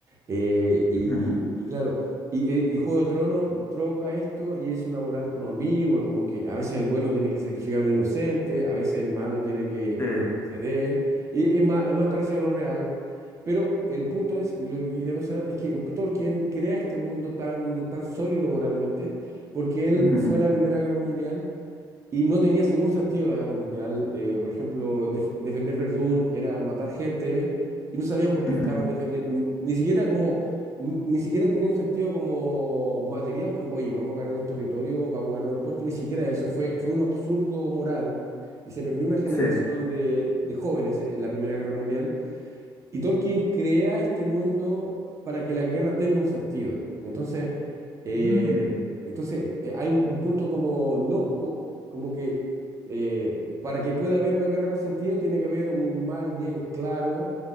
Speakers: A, on the right; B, on the left.
A: eh, y,
B: Ujú,
A: y claro, y, eh, y Juego de Tronos troca esto y es una moral como ambigua, como que a veces el bueno tiene que sacrificar a un inocente, a veces el malo tiene que,
B: Sí.
A: que ceder, y es más, es más parecido a lo real, pero el punto es, y lo que quería mencionar, es que un- Tolkien crea este mundo tan, tan sólido moralmente, porque él
B: Ujú,
A: fue a la Primera Guerra Mundial. Y no tenía ningún sentido la guerra mundial. eh, por ejemplo, def- defender Verdún era matar gente y no sabían por qué
B: ujú,
A: estaban defendiendo. Ni ni siquiera como, ni ni siquiera tenía un sentido como material, como, oye, vamos a ganar un territorio, vamos a ganar un puerto. Ni siquiera eso fue, fue un absurdo moral. Y se perdió una generación
B: Sí.
A: de, de jóvenes en en la Primera Guerra Mundial. Y Tolkien crea este mundo para que la guerra tenga un sentido. Entonces, eh,
B: Mm,
A: entonces, eh, hay un, un punto como, no, co- como que eh, para que pueda haber una guerra con sentido tiene que haber un mal bien claro,